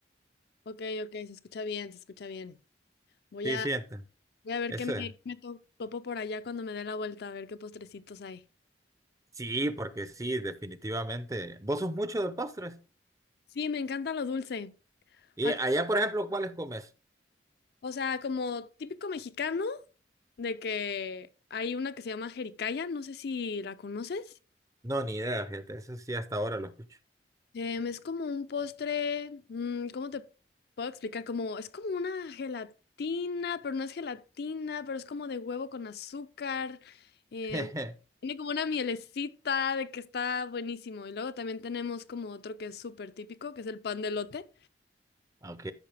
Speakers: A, on the left; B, on the right.
A: Ok, ok, se escucha bien, se escucha bien. Voy
B: Sí,
A: a
B: sienten.
A: Voy a ver
B: Ese.
A: qué me, qué me to- topo por allá cuando me dé la vuelta, a ver qué postrecitos hay.
B: Sí, porque sí, definitivamente. ¿Vos sos mucho de postres?
A: Sí, me encanta lo dulce.
B: Y
A: Ac-
B: allá, por ejemplo, ¿cuáles comes?
A: o sea, como típico mexicano, de que hay una que se llama jericaya, no sé si la conoces.
B: No, ni idea, fíjate, eso sí hasta ahora lo escucho.
A: Em, es como un postre, mm, ¿cómo te puedo explicar? Como, es como una gelatina, pero no es gelatina, pero es como de huevo con azúcar. em,
B: <laughs>
A: tiene como una mielecita de que está buenísimo. Y luego también tenemos como otro que es súper típico, que es el pan de lote
B: Ok.